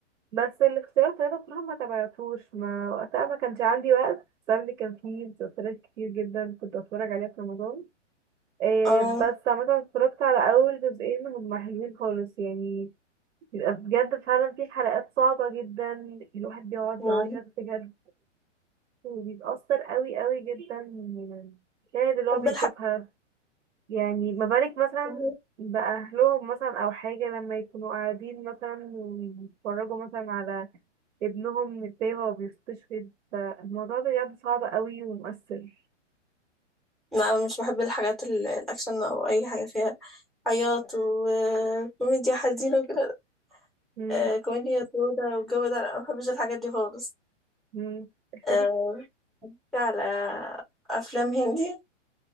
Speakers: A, on the right; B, in the centre.
A: بس الاختيار ثلاثة بصراحة ما تابعتوش ما وقتها ما كانش عندي وقت بسبب ان كان فيه مسلسلات كتير جدا كنت بتفرج عليها في رمضان إيه
B: اه
A: بس عامة اتفرجت على أول جزئين هما حلوين خالص يعني بيبقى بجد فعلا في حلقات صعبة جدا الواحد بيقعد
B: مم.
A: يعيط بجد وبيتأثر قوي قوي جدا من المشاهد اللي هو
B: بحب
A: بيشوفها
B: الحاجات
A: يعني ما بالك مثلا
B: اللي هي-
A: بأهلهم مثلا أو حاجة لما يكونوا قاعدين مثلا ويتفرجوا مثلا على ابنهم ازاي هو بيستشهد فالموضوع بجد صعب قوي ومؤثر
B: لا مش بحب الحاجات ال- الأكشن أو أي حاجة فيها عياط وكوميديا حزينة وكده
A: مم.
B: آه، كوميديا سودة والجو ده لا ما بحبش الحاجات دي خالص
A: مم. <laughs>
B: آه، في على أفلام هندي